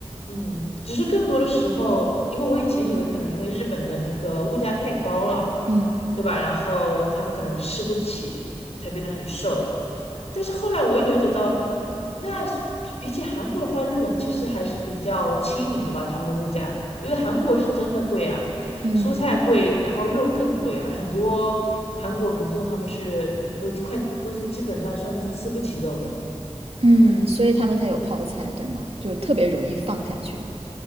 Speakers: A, on the left (about 70°); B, on the right (about 65°).
A: 嗯，只是更多的时候，因为我以前以为可能因为日本的那个物价太高了，
B: 嗯
A: 对吧？然后他们可能吃不起，才变得很瘦。但是后来我也了解到，那是比比起韩国的话，日本其实还是比较亲民的吧，他们的物价，因为韩国是真的贵啊，
B: 嗯。
A: 蔬菜贵，然后肉更贵啊，很多韩国民众他们是都快都是基本上算是吃不起肉的。
B: 嗯，所以他们才有泡菜，对吗？就特别容易放下去。